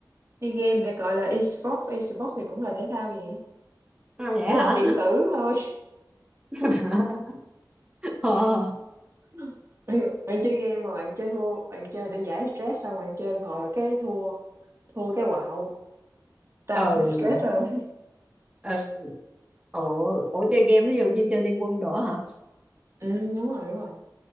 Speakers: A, on the right; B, on the right.
A: chơi game thì gọi là e-sport e-sport thì cũng là thể thao vậy
B: à, vậy
A: thể
B: hả
A: thao điện tử thôi
B: <laughs> ờ
A: <laughs> bạn bạn chơi game mà bạn chơi thua bạn chơi để giải stress xong bạn chơi một hồi cái thua thua cái quạo tăng
B: ừ
A: stress rồi
B: ừ ủa ủa chơi game ví dụ như chơi Liên Quân nữa hả
A: ừ, đúng rồi đúng rồi